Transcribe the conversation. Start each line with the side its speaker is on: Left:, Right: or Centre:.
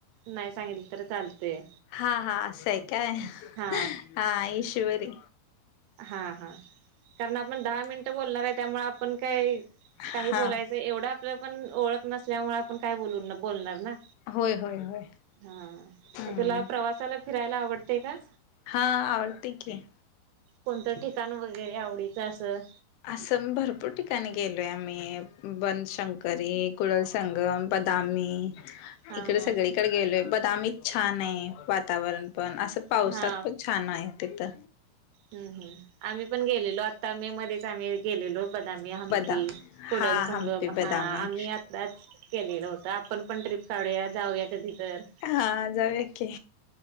Right: नाही. सांगितलं तर चालतय
Left: हा हा असं आहे काय?
Right: हा
Left: हा ईश्वरी.
Right: हा हा‌. कारण दहा मिनटं बोलणार आहे आपण काय?
Left: हा
Right: काही बोलायचं एवढं आपलं पण ओळख नसल्यामुळे आपण काही बोल बोलणार ना?
Left: होय होय होय
Right: हा.
Left: हम्म
Right: मग तुला प्रवासाला फिरायला आवडतय का?
Left: हा आवडते की.
Right: कोणतं ठिकाण वगैरे आवडीचं असं!
Left: असं भरपूर ठिकाणी गेलोय आम्ही बनशंकरी कुड संगम, बदामी
Right: हा
Left: इकडे
Right: हा
Left: सगळीकडे गेलोय बदामीच छान आहे. वातावरण पण असं पावसात
Right: हा
Left: पण छान आहे तीथ.
Right: हम् हम. आम्ही पण गेलेलो आता मे मध्ये आम्ही गेलेलो बदामी, हंपी,
Left: बदा
Right: पुुडल
Left: हा
Right: संगम
Left: हम्पी बदामी
Right: हा आम्ही आ दाच केलेलं होतं आपण पण ट्रिप काढूया जाऊया कधी तर.
Left: हा जाउया की.